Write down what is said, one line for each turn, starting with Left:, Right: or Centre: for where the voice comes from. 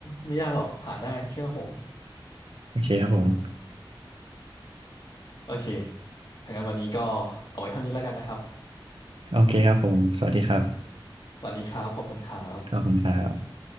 Left: ไม่ยากหรอกผ่านได้เชื่อผม
Right: โอเคครับผม
Left: โอเคถ้างั้นวันนี้ก็เอาไว้เท่านี้แล้วกันนะครับ
Right: โอเคครับผมสวัสดีครับ
Left: สวัสดีครับขอบคุณครับ
Right: ขอบคุณครับ